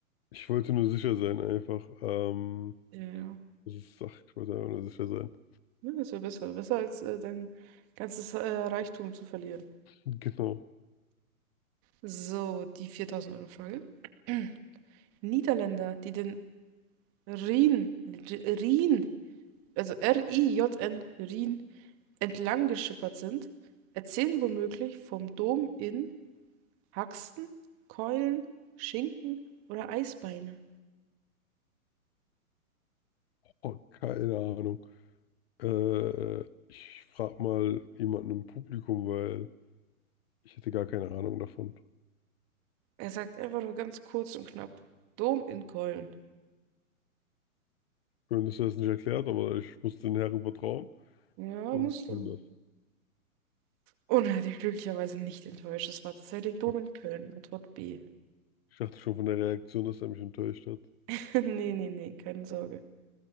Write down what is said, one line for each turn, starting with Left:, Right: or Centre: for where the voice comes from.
Left: Ich wollte nur sicher sein, einfach. Ähm,
Right: Ja.
Left: das ist, ach, ich wollte einfach nur sicher sein.
Right: Ja, das wäre besser. Besser als äh, dein ganzes äh, Reichtum zu verlieren.
Left: Genau.
Right: So, die 4000-Euro-Frage. <clears throat> Niederländer, die den Rhin, R- Rhin, also R-I-J-N, Rhin, entlang geschippert sind, erzählen womöglich vom Dom in Haxten, Keulen, Schinken oder Eisbeine.
Left: Oh, keine Ahnung. Äh, ich frage mal jemanden im Publikum, weil ich hätte gar keine Ahnung davon.
Right: Er sagt einfach nur ganz kurz und knapp: Dom in Keulen.
Left: Schön, dass er es nicht erklärt, aber ich muss den Herren vertrauen.
Right: Ja,
Left: Und
Right: musst
Left: ich
Right: du
Left: nehme
Right: Und er hat dich glücklicherweise nicht enttäuscht. Es war tatsächlich Dom
Left: das.
Right: in Köln, Antwort B.
Left: Ich dachte schon von der Reaktion, dass er mich enttäuscht hat.
Right: <laughs> Nee, nee, nee, keine Sorge.